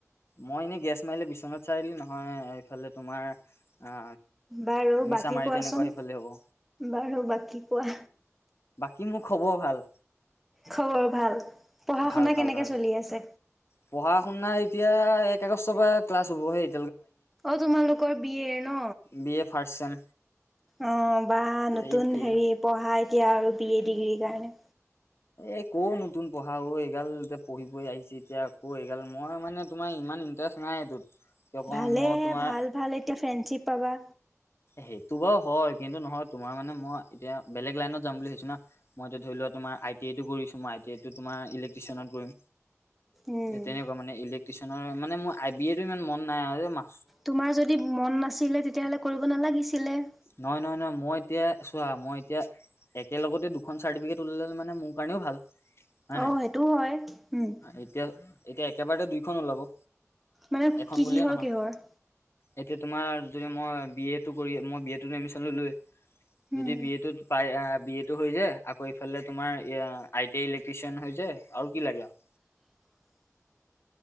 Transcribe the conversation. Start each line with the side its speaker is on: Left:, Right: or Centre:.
Left: মই এনেই গেছ মাৰিলে বিশ্বনাথ চাৰিলি নহয় এইফালে তোমাৰ। অ
Centre: বাৰু
Left: মিছা
Centre: বাকী
Left: মাৰি
Centre: কোৱাচোন?
Left: তেনেকুৱা সেইফালে হ'ব।
Centre: বাৰু বাকী কোৱা।
Left: কি মোৰ খবৰ ভাল।
Centre: খবৰ ভাল। পঢ়া
Left: ভাল
Centre: শুনা
Left: ভাল
Centre: কেনেকে
Left: ভাল
Centre: চলি আছে?
Left: পঢ়া শুনা এতিয়া। এক আগষ্টৰ পৰা ক্লাছ হব সেই
Centre: অ তোমালোকৰ বিয়ে ন
Left: বি এ ফাৰ্ষ্ট চেম
Centre: অ বা নতুন
Left: এইটোৱে
Centre: হেৰি পঢ়া এতিয়া আৰু বি এ ডিগ্ৰ্ৰী কাৰণে
Left: এই ক নতুন পঢ়া এইগাল এতিয়া পঢ়ি পঢ়ি আহিছে এতিয়া আকৌ এই গাল মই মানে তোমাৰ। ইমান ইণ্টাৰেষ্ট নাই এইটোত। কিয় কওঁ
Centre: ভালে
Left: মই
Centre: হে
Left: তোমাৰ
Centre: ভাল ভাল এতিয়া ফ্ৰেণ্ডশ্বিপ পাবা।
Left: সেইটো বাৰু হয় কিন্তু নহয় তোমাৰ মানে মই এতিয়া বেলেগ লাইনত যাম বুলি ভাবছো না মই এতিয়া ধৰি লোৱা তোমাৰ। আই টি আইটো কৰিছো মই টিইটো তোমাৰ ইক্ট্ৰিচিয়নত কৰিম।
Centre: উম।
Left: তেনেকুৱা মানে ইলেক্ট্ৰিচিয়নৰ মানে মোৰ আই বি এ ইমান মন নাই আৰু মা
Centre: তোমাৰ যদি মন নাছিলে তেতিয়াহ'লে কৰিব নালাগিছিলে
Left: নহয় নহয় নহয় মই এতিয়া চোৱা, মই এতিয়া একে লগতে দুখন চাৰ্টিফিকেট ওলাল মানে মোৰ কাৰণেও ভাল। হয়
Centre: আহ
Left: নাই
Centre: সেইটোও হয় উম।
Left: এতিয়া এতিয়া একেবাৰতে দুইখন ওলাব।
Centre: মানে
Left: এখন
Centre: কি
Left: বুলিয়ে
Centre: কিহৰ
Left: নহয়
Centre: কিহৰ?
Left: এতিয়া তোমাৰ যদি মই বি এটো কৰি মই বি এ তটো এডমিচন ললো
Centre: উম
Left: যদি বি এ টোত পায় বি এ টো হৈ যায় আকৌ এইফালে তোমাৰ আই টি ইলেক্ট্ৰিচিয়ান হৈ যায় আৰু কি লাগে আৰু।
Centre: <unintelligible>